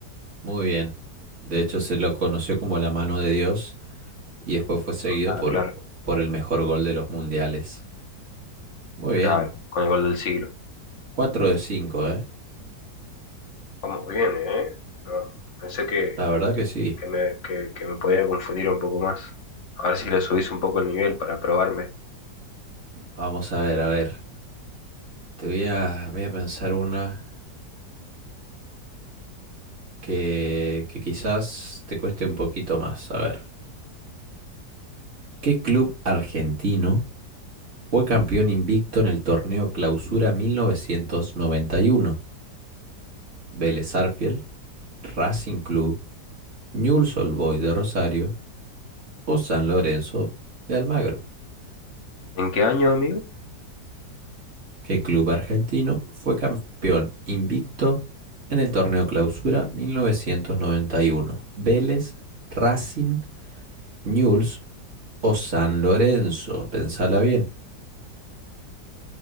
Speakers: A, on the right; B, on the left.
A: Muy bien. De hecho, se lo conoció como la mano de Dios y después fue seguido
B: Ah,
A: por,
B: claro,
A: por el mejor gol de los mundiales. Muy bien.
B: claro. Con el gol del siglo.
A: 4 de 5, ¿eh?
B: Vamos bien, ¿eh? No, pensé que,
A: La verdad que sí.
B: que me, que, que me podía confundir un poco más. A ver si le subís un poco el nivel para probarme.
A: Vamos a ver, a ver. Te voy a, voy a pensar una que, que quizás te cueste un poquito más. A ver, ¿qué club argentino fue campeón invicto en el torneo Clausura 1991? ¿Vélez Arfiel, Racing Club, Newell's Old Boys de Rosario o San Lorenzo de Almagro?
B: ¿En qué año, amigo?
A: ¿Qué club argentino fue campeón invicto en el torneo Clausura 1991? ¿Vélez, Racing, Newell's o San Lorenzo, pensala bien.